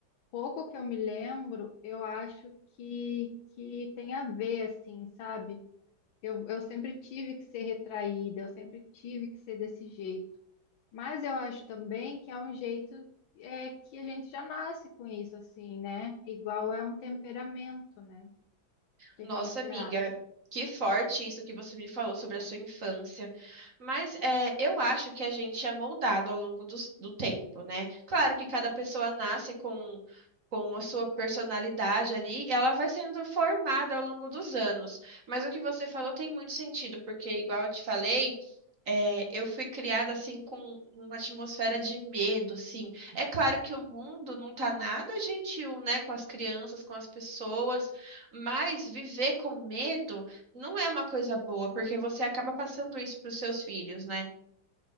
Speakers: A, on the left (about 80°); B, on the right (about 45°).
A: Pouco que eu me lembro, eu acho que, que tem a ver, assim, sabe? Eu, eu sempre tive que ser retraída, eu sempre tive que ser desse jeito. Mas eu acho também que é um jeito é, que a gente já nasce com isso, assim, né? Igual é um temperamento, né? O que
B: Nossa,
A: que você
B: amiga,
A: acha?
B: que forte isso que você me falou sobre a sua infância. Mas é, eu acho que a gente é moldado ao longo dos- do, tempo, né? Claro que cada pessoa nasce com, com a sua personalidade ali, e ela vai sendo formada ao longo dos anos. Mas o que você falou tem muito sentido, porque, igual eu te falei. É, eu fui criada assim com uma atmosfera de medo, assim. É claro que o mundo não tá nada gentil, né, com as crianças, com as pessoas, mas viver com medo não é uma coisa boa, porque você acaba passando isso para os seus filhos, né?